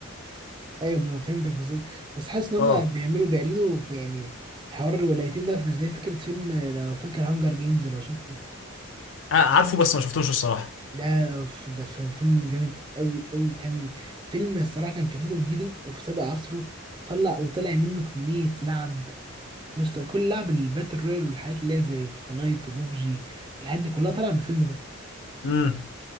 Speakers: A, on the right; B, on the left.
A: ايوه فهمتك بالظبط بس حاسس ان
B: اه
A: هم بيعملوا بيقلدوا في يعني حوار الولايتين ده في زي فكره فيلم لو فاكر هانجر جيمز لو شفته
B: آه، عارفه بس ما شفتوش الصراحه
A: ده في ده في فيلم جامد قوي قوي وكان فيلم الصراحه كان فكرته جديده وفي سابق عصره طلع وطلع منه كميه لعب مش طبيعي. كل لعب الباتل رويال والحاجات اللي هي زي فورتنايت وبابجي والحاجات دي كلها طالعه من الفيلم ده
B: امم